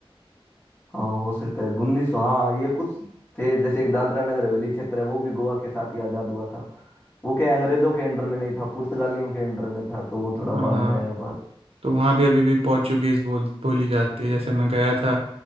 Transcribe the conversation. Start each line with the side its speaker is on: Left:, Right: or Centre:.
Left: हाँ हो सकता है उन्नीस सौ हाँ ये कुछ थे जैसे एक दादरा नगर हवेली क्षेत्र है वो भी गोवा के साथ ही आजाद हुआ था वो क्या अंग्रेजों के अंडर में नहीं था पुर्तगालियों के अंडर में था तो वो थोड़ा
Right: हाँ
Left: बाद
Right: हाँ
Left: में आया भारत
Right: तो वहाँ भी अभी भी पोर्चुगीज़ बोल बोली जाती है जैसे मैं गया था